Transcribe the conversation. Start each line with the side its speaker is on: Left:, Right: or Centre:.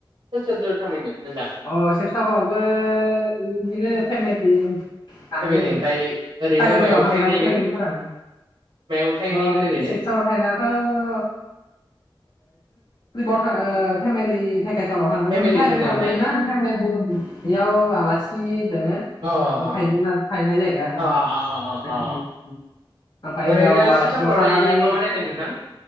Right: सोर सोरथो थांनायमोन? नोंथां
Left: अह शिबसागरावबो बिदिनो फेमिलि थाङो
Right: फेमिलि ओमफ्राय ओरैनो
Left: काजिरङायाव
Right: मायाव
Left: थांनाय
Right: थाहैनायमोन
Left: फेमिलिफोरानो
Right: मायाव? थाहैनायमोन
Left: ओ
Right: ओरैनो
Left: शिबसागर थाहैनायाथ' ओ <unintelligible> <unintelligible> थांदोंमोनथाय
Right: फेमिलि थांदों
Left: थांदोंमोन
Right: ओमफ्राय
Left: ना गामिनि बेयाव आलासि दङ। बेयाव
Right: अ अ
Left: थाहैदों ना थाहैनाय जाहैदों आरो
Right: अ अ अ
Left: नोंथां
Right: अ
Left: <unintelligible> ओमफ्राय
Right: ओरैनो
Left: उनाव आलासिनाव
Right: शिबसागरावलाय
Left: थानानै
Right: मा मा नायनाय नोंथां